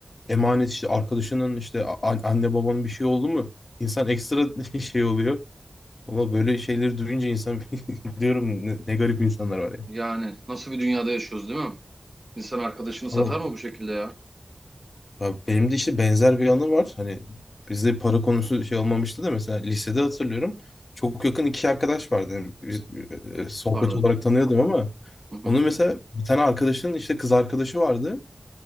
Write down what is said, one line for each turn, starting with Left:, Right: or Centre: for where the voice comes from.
Left: emanet işte arkadaşının işte a- an- anne babanın bir şey oldu mu insan ekstra <laughs> şey oluyor. Valla böyle şeyleri duyunca insan <laughs> diyorum ne, ne garip insanlar var ya.
Right: Yani nasıl bir dünyada yaşıyoruz değil mi? İnsan arkadaşını satar
Left: Ama
Right: mı bu şekilde ya?
Left: Abi benim de işte benzer bir anı var. Hani bizde para konusu şey olmamıştı da mesela lisede hatırlıyorum. Çok yakın iki arkadaş vardı. Yani biz, e, e, sohbet
Right: Pardon.
Left: olarak tanıyordum ama
Right: Hı hı.
Left: onu mesela bir tane arkadaşın işte kız arkadaşı vardı.